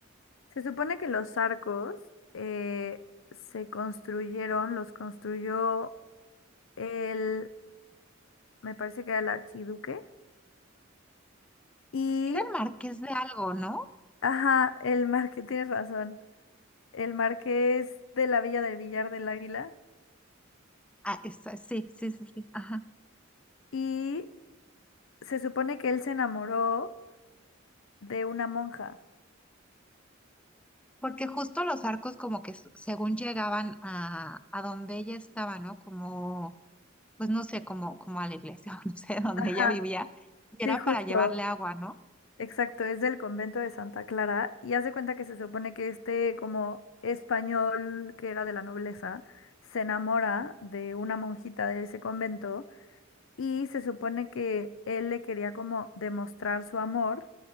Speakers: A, on the left; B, in the centre.
A: Se supone que los arcos eh, se construyeron, los construyó el, me parece que era el archiduque y,
B: Era el marqués de algo, ¿no?
A: ajá, el marqués, <laughs> tienes razón, el marqués de la Villa del Villar del Águila.
B: Ah, esa- sí, sí, sí, sí, ajá.
A: y se supone que él se enamoró de una monja.
B: Porque justo los arcos como que s- según llegaban a, a donde ella estaba, ¿no? Como pues no sé, como, como a la iglesia, <laughs> o no sé, donde
A: Ajá,
B: ella vivía, y
A: sí,
B: era
A: justo,
B: para llevarle agua, ¿no?
A: exacto, es del convento de Santa Clara y hace cuenta que se supone que este como español que era de la nobleza se enamora de una monjita de ese convento y se supone que él le quería como demostrar su amor